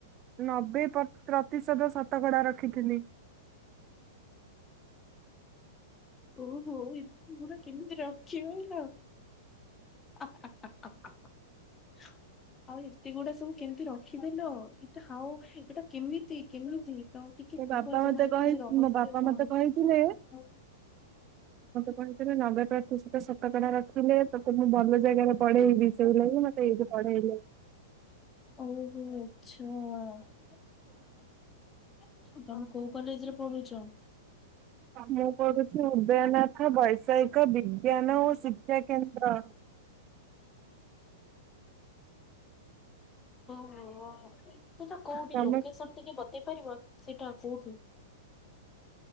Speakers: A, on the right; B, on the left.
A: ନବେ ପତ୍ ପ୍ରତିଶତ ଶତକଡା ରଖିଥିଲି।
B: ଓହୋ ଏତେଗୁଡ଼ା କେମିତି ରଖିପାଇଲ? ଆଉ ଏତେଗୁଡ଼ା ସବୁ କେମତି ରଖିଦେଲ? ହଉ ଏଇଟା କେମିତି କେମିତି? ତ ଟିକେ
A: ମୋ ବାପା
B: କୁହ
A: ମତେ
B: ତମ ଏତେ
A: କହି
B: ରହସ୍ୟ
A: ମୋ ବାପା
B: କଣ?
A: ମତେ କହିଥିଲେ
B: ହଁ।
A: ଆପଣ କେବେ ନବେ ପ୍ରତିଶତ ଶତକଡା ରଖିଲେ ତାକୁ ମୁଁ ଭଲ ଜାଗାରେ ପଢେଇବି। ସେଇଲାଗି ମତେ ଏଇଠି ପଢେଇଲେ।
B: ଓହୋ ଆଚ୍ଛା। ତମେ କୋଉ କଲେଜରେ ପଢୁଛ?
A: ମୁଁ ପଢୁଛି ଉଦୟନାଥ ବୈଷୟିକ ବିଜ୍ଞାନ ଓ ଶିକ୍ଷାକେନ୍ଦ୍ର।
B: ଓହୋ ସେଟା କୋଉଠି
A: ତମେ
B: ଲୋକେସନ ଟିକେ ବତେଇ ପାରିବ ସେଇଟା କୋଉଠି?